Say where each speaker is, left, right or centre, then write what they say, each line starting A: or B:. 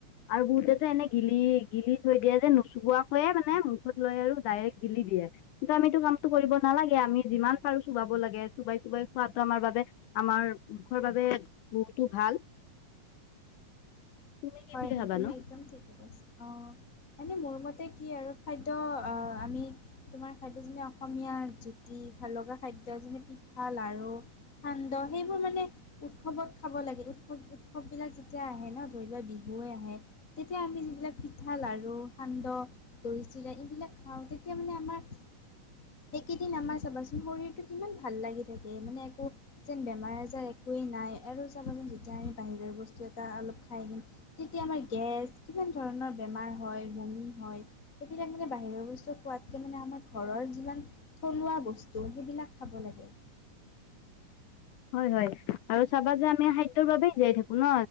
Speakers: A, on the left (about 75°); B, on the left (about 30°).
A: আৰু বহুতেতো এনে গিলি-গিলি থৈ দিয়ে যে নোচোবোৱাকে হয়ে মানে মুখত লৈ আৰু ডাইৰেক্ট গিলি দিয়ে। কিন্তু আমিতো কামটো কৰিব নালাগে। আমি যিমান পাৰো চোবাব খাব লাগে চুবাই চোবাই খোৱাটো আমাৰ বাবে আমাৰ মুখৰ বাবে বহুতো ভাল। তুমি কি
B: হয়,
A: বুলি
B: হয়
A: ভাবানো
B: তুমি একদম ঠিকে কৈছা আহ মানে মোৰ মতে কি আৰু খাদ্য আমি তোমাৰ খাদ্য যেনে অসমীয়া জ্যুতি ভাল লগা খাদ্য যেনে পিঠা, লাৰু, সান্দহ সেইবোৰ মানে উৎসৱত খাব লাগে। উৎসৱ-উৎসৱ বিলাক যেতিয়া আহে ন' ধৰি লোৱা বি বৈ আহে তেতিয়া আমি যিবিলাক পিঠা লাড়ু সান্দহ দৈ চিৰা এইবিলাক খাওঁ তেতিয়া তেতিয়া মানে আমাৰ সেইকেইদিন আমাৰ চাবাচোন শৰীৰতটো কিমান ভাল লাগি থাকে। মানে একো যেন বেমাৰ আজাৰ একোৱে নাই আৰু চাবাচোন যেতিয়া আমি বাহিৰা বস্তু এটাৰ আমি খাই আহিম তেতিয়া গেছ কিমান ধৰণৰ বেমাৰ হয় বমি হয় <inaudible> বাহিৰা বস্তু খোৱাতকৈ আমাৰ ঘৰৰ যিবিলাক থলুৱা বস্ত সেইবিলাক খাব লাগে।
A: হয় হয় আৰু চাবা যে আমি খাদ্যয়ৰ বাবোবেই জীয়াই থাকো ন।